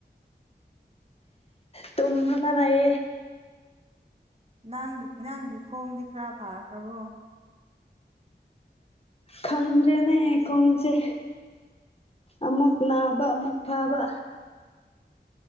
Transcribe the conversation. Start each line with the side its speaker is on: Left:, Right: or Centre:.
Left: ꯇꯨꯝ ꯂ꯭ꯒꯥ ꯂꯩꯌꯦ
Right: ꯅꯪꯗꯤ ꯅꯪꯒꯤ ꯈꯣꯡꯗꯤ ꯈꯔꯥ ꯐꯥꯈ꯭ꯔꯕꯣ
Left: ꯈꯪ꯭ꯔꯦꯗ꯭ꯔꯦꯅꯦ ꯈꫭꯡꯁꯦ ꯑꯃꯨꯛ ꯅꯥꯕ ꯑꯃꯨꯛ ꯐꯥꯕ